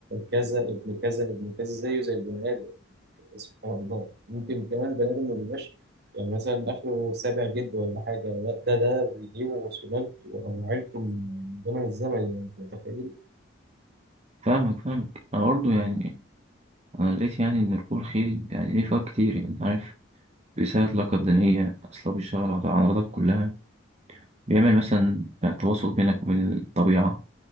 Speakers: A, on the right; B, on the right.
A: كذا ابن كذا ابن كذا زيه زي البني ادم سبحان الله ممكن كمان البني ادم ما بيبقاش يعني مثلا اخره سابع جد ولا حاجه لا ده ده بيجيبه سلالته او عيلته من زمن الزمن يعني انت متخيل
B: فاهمك فاهمك أنا برضه يعني أنا لقيت يعني إن ركوب الخيل يعني ليه فوائد كتير يعني أنت عارف بيساعد الطاقة البدنية أصلا بيشتغل على العضلات كلها بيعمل مثلا يعني تواصل بينك وبين الطبيعة